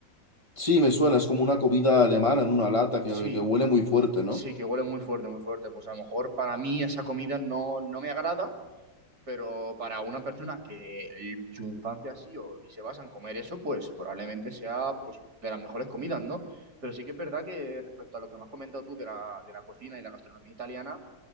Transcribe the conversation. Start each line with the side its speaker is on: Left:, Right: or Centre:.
Left: Sí, me suena, es como una comida alemana en una lata que,
Right: Sí,
Left: que huele muy fuerte, ¿no?
Right: sí, que huele muy fuerte, muy fuerte. Pues a lo mejor para mí esa comida no, no me agrada. Pero para una persona que el- su infancia ha sido y se basa en comer eso, pues probablemente sea pues, de las mejores comidas, ¿no? Pero sí que es verdad que respecto a lo que me has comentado tú de la, de la cocina y la gastronomía italiana,